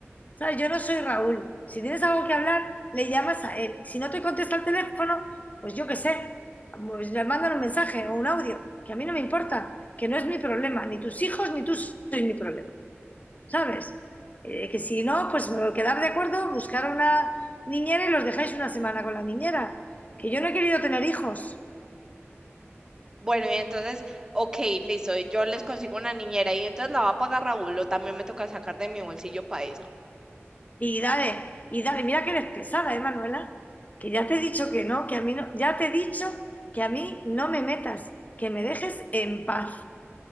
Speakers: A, on the left; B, on the right.
A: ¿Sabes? Yo no soy Raúl. Si tienes algo que hablar, le llamas a él. Si no te contesta el teléfono, pues yo qué sé, pues le mandan un mensaje o un audio, que a mí no me importa, que no es mi problema, ni tus hijos ni tú sois mi problema, ¿sabes? Eh, que si no, pues quedar de acuerdo, buscar una niñera y los dejáis una semana con la niñera. Que yo no he querido tener hijos,
B: Bueno, y entonces, ok, listo, y yo les consigo una niñera y entonces la va a pagar Raúl o también me toca sacar de mi bolsillo para eso.
A: Y dale, y dale, mira que eres pesada, ¿eh, Manuela? Que ya te he dicho que no, que a mí no, ya te he dicho que a mí no me metas, que me dejes en paz.